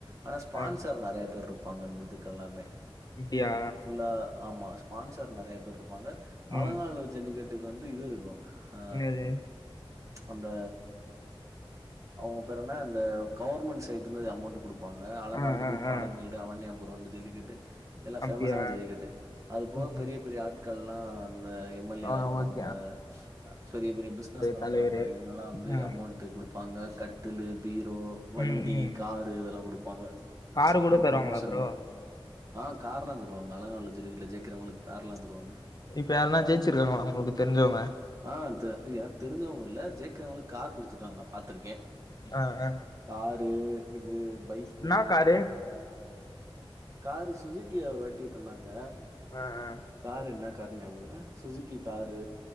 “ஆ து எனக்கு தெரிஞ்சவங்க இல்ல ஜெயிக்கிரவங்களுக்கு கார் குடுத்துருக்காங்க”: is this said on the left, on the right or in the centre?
Right